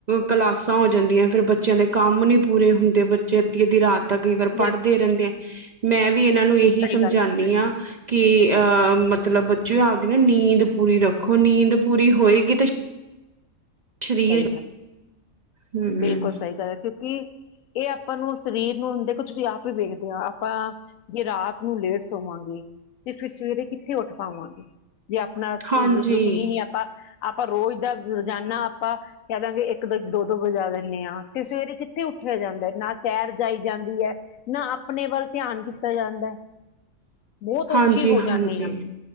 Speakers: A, on the right; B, on the left.
A: ਕਲਾਸਾਂ ਹੋ ਜਾਂਦੀਆਂ, ਫੇਰ ਬੱਚਿਆਂ ਦੇ ਕੰਮ ਨੀ ਪੂਰੇ ਹੁੰਦੇ ਬੱਚੇ ਅੱਧੀ-ਅੱਧੀ ਰਾਤ ਤਾ ਕਈ ਵਾਰ ਪੜਦੇ
B: ਬਿਲਕੁਲ
A: ਰੇਂਦੇ, ''ਮੈਂ ਵੀ ਇਹਨਾਂ ਨੂੰ ਇਹੀ
B: ਸਹੀ
A: ਸਮਝਾਂਨੀ
B: ਗੱਲ
A: ਆ ਕਿ, ਅਹ ਮਤਲਬ ਬੱਚੇਓ ਆਪਦੀ ਨ ਨੀਂਦ ਪੂਰੀ ਰੱਖੋ, ਨੀਂਦ ਪੂਰੀ ਹੋਏਗੀ ਤੇ ਸਰੀਰ
B: ਸਹੀ ਗੱਲ,
A: ਹੂੰ
B: ਬਿਲਕੁਲ ਸਹੀ ਗੱਲ ਏ, ਕਿਉਕਿ ਏ ਆਪਾਂ ਨੂੰ ਸਰੀਰ ਨੂੰ, ਦੇਖੋ ਤੁਸੀ‌ ਆਪ ਵੀ ਵੇਖਦੇ ਆ, ਆਪਾ ਜੇ ਰਾਤ ਨੂੰ ਲੇਟ ਸੋਵਾਂਗੇ, ਤੇ ਫੇਰ ਸਵੇਰੇ ਕਿੱਥੇ ਓਠ ਪਾਵਾਂਗੇ। ਵੀ ਅਪਨਾ ਸ
A: ਹਾਂਜੀ
B: ਰੂਟੀਨ ਈ ਆਪਾ, ਆਪਾ ਰੋਜ ਦਾ ਰੋਜਾਨਾ ਆਪਾ ਕੈਦਾਂਗੇ ਏਕ ਦੇ-ਦੋ-ਦੋ ਵਜਾ ਦੇਨੇ ਆਂ, ਤੇ ਸਵੇਰੇ ਕਿੱਥੇ ਉੱਠੇਆ ਜਾਂਦਾ ਏ ਨਾ ਸੈਰ ਜਾਈ ਜਾਂਦੀ ਐ, ਨਾ ਆਪਨੇ ਵੱਲ ਧੇਆਨ ਕੀਤਾ ਜਾਂਦੈ‌। ਬੋਤ ਓਖੀ
A: ਹਾਂਜੀ
B: ਹੋ
A: ਹਾਂਜੀ
B: ਜਾਨੀ ਆਂ,